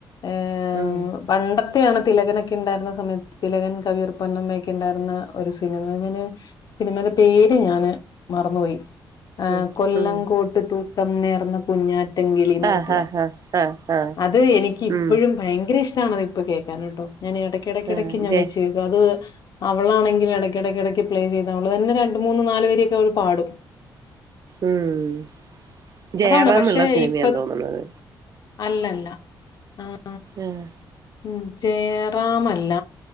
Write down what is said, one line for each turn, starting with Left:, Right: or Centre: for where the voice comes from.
Left: ഏം,
Right: ഉം
Left: പണ്ടത്തെയാണ് തിലകനൊക്കെ ഇണ്ടായിരുന്ന സമയത്ത് തിലകൻ കവിയൂർപൊന്നമ്മയൊക്കെ ഇണ്ടായിരുന്ന ഒരു സിനിമ ഞാന്- സിനിമയുടെ പേര് ഞാന് മറന്നുപോയി
Right: ഉം
Left: കൊല്ലംകോട്ട്
Right: ഉം
Left: തൂക്കം നേർന്ന- കുഞ്ഞാറ്റംകിളീന്ന് പറഞ്ഞിട്ടുള്ള
Right: ആഹ് ആഹ് ആഹ് ആഹ് ആഹ്
Left: അത് എനിക്ക് ഇപ്പഴും-
Right: ഉം
Left: ഭയങ്കര ഇഷ്ടമാണത് ഇപ്പോ കേൾക്കാനട്ടോ. ഞാന് എടയ്ക്ക് എടയ്ക്ക്
Right: ആഹ്
Left: എടയ്ക്കിടക്ക് ഞാൻ
Right: ജയ
Left: വച്ചു കെ - അത് അവളാണെങ്കിലും ഇടയ്ക്ക് ഇടയ്ക്ക് ഇടയ്ക്ക് പ്ലേ ചെയ്ത് അവള് തന്നെ രണ്ടു മൂന്ന് നാല് വരിയൊക്കെ അവള് പാടും.
Right: ഉം ജയറാം
Left: അതാണ് പക്ഷെ
Right: ഉള്ള സിനിമയാന്നു
Left: ഇപ്പൊ
Right: തോന്നുന്നത്.
Left: അല്ലല്ല. ആഹ്
Right: ഏഹ്
Left: ഉം ജയറാമല്ല.